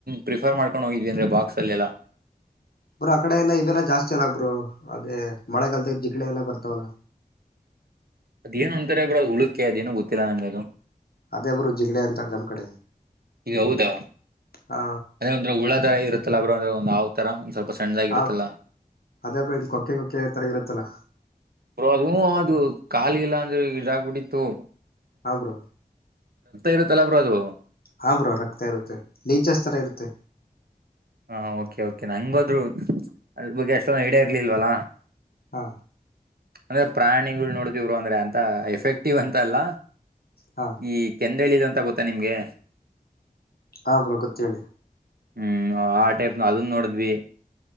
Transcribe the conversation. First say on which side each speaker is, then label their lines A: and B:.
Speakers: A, on the right (about 80°); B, on the left (about 80°).
A: ಪ್ರಿಫರ್ ಮಾಡ್ಕೊಂಡು ಹೋಗಿದವಿ ಅಂದ್ರೆ ಬಾಕ್ಸ್ ಅಲ್ಲೆಲ್ಲ
B: ಬ್ರ ಆ ಕಡೆ ಎಲ್ಲಾ ಇವೆಲ್ಲ ಜಾಸ್ತಿ ಅಲ್ಲ ಬ್ರೂ ಅದೇ ಮಳೆಗಾಲದ ಜಿಗಣ ಎಲ್ಲ ಬರ್ತಾವಲ್ಲ
A: ಅದೇನು ಅಂತಾರೆ ಬ್ರೋ ಹುಳಕ್ಕೆ ಅದೇನು ಗೊತ್ತಿಲ್ಲ ನಂಗ್ಗೆ ಅದು
B: ಅದೇ ಬರು ಜಿಗಡೆ ಅಂತ ನಮ್ಮ್ ಕಡೆ
A: ಈಗ ಹೌದಾ
B: ಹಾ
A: ಅದೇ ಒಂಥರ ಹುಳಾ ತರ ಇರುತ್ತೆ ಲ ಅಂದ್ರ ಒಂದು ಅವ್ ತರ ಸ್ವಲ್ಪ ಸಣ್ಣಾಗಿರುತ್ತಲ್ಲ
B: ಹ ಅದೇ ಬ್ರೋ ಇಲ್ ಕೊಕ್ಕೆ ಕೊಕ್ಕೆ ತರ ಇರುತ್ತಲ್ಲ
A: ಅದು ಅದು ಕಾಲಿಗೆಲ್ಲ ಅಂದ್ರೆ ಗಿಡಬಡಿತತ್ತು
B: ಹ ಬ್ರೋ
A: ಇರುತ್ತಲ್ಲ ಬ್ರೋ ಅದು
B: ಹ ಬ್ರೋ ರಕ್ತ ಇರುತ್ತೆ ಲಚಸ್ತರ ಇರುತ್ತೆ
A: ಹಾ ಓಕೆ ಓಕೆ ನಂಗಗೆ ಹೋದ್ರು ಅ ಬಗ್ ಎಷ್ಟೊ ಹಡೇ ಇರ್ಲಿಲ್ವಲ್ಲಾ
B: ಹಾ
A: ಅಂದ್ರೆ ಪ್ರಾಣಿಗಳು ನೋಡತಿವ್ರು ಅಂದ್ರೆ ಅಂತ ಎಫೆಕ್ಟಿವ್ ಅಂತ ಅಲ್ಲ
B: ಹಾ
A: ಈ ಕೆನ್ ಹೇಳಿದ ಅಂತ ಗೊತ್ತಾ ನಿಮ್ಗೆ
B: ಹಾ ಬ್ರೋ ಗೊತ್ತು ಹೆಳಿ
A: ಹ್ಮ್ ಹ ಆ ಟೈಪ್ ನ ಅದನ್ ನೋಡಿದ್ವಿ